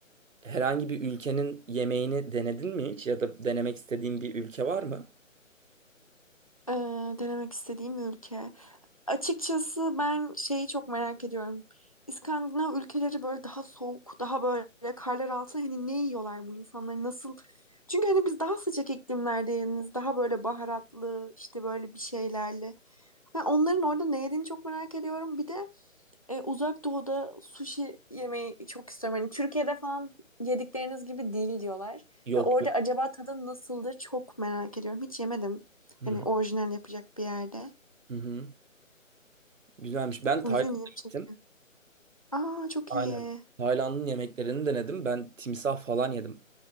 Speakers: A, on the right; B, on the left.
A: herhangi bir ülkenin yemeğini denedin mi hiç ya da denemek istediğin bir ülke var mı?
B: Ee, denemek istediğim ülke. Açıkçası ben şeyi çok merak ediyorum. İskandinav ülkeleri böyle daha soğuk, daha böyle karlar altında hani ne yiyorlar bu insanlar nasıl? Çünkü hani biz daha sıcak iklimlerdeniz, daha böyle baharatlı, işte böyle bir şeylerle. Ha, onların orada ne yediğini çok merak ediyorum. Bir de e, Uzak Doğu'da sushi yemeyi çok istiyorum. Hani Türkiye'de falan yedikleriniz gibi değil diyorlar.
A: Yok
B: Ve orada
A: yok.
B: acaba tadı nasıldır çok merak ediyorum. Hiç yemedim.
A: Hı
B: Hani
A: hı.
B: orijinal yapacak bir yerde.
A: Hı hı. Güzelmiş. Ben
B: O
A: Tayland'a
B: yüzden ilgimi çekiyor.
A: gittim.
B: Aa çok
A: Aynen.
B: iyi.
A: Tayland'ın yemeklerini denedim. Ben timsah falan yedim